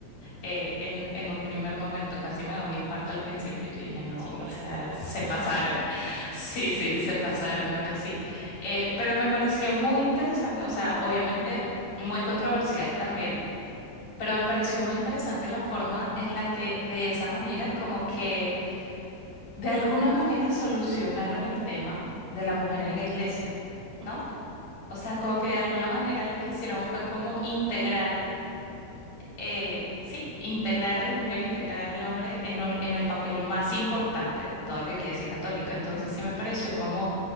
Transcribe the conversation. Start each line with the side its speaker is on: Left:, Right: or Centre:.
Left: Eh, en, en un primer momento casi me da un infarto al principio. Yo dije, no,
Right: sí, no,
Left: o sea,
Right: ya sería demasiado.
Left: se pasaron. <laughs> Sí, sí, se pasaron, ahora sí. Eh, pero me pareció muy interesante, o sea, obviamente muy controversial también. Pero me pareció muy interesante la forma en la que de esa manera como que de alguna manera solucionaron el tema de la mujer en la iglesia,
Right: Uh
Left: ¿no?
Right: -huh.
Left: O sea, como que de alguna manera lo que hicieron fue como integrar eh, sí, integrar a la mujer, integrar al hombre en, un- en el papel más importante de toda la Iglesia Católica. Entonces sí me pareció como